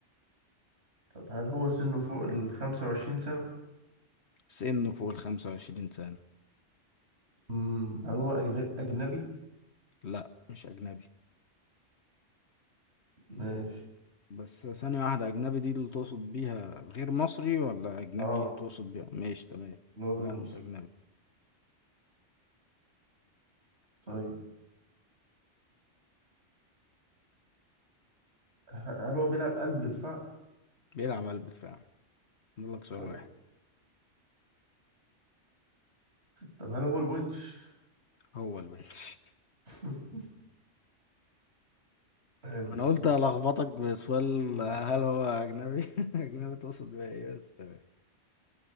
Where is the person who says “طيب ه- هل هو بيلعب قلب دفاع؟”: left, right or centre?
Right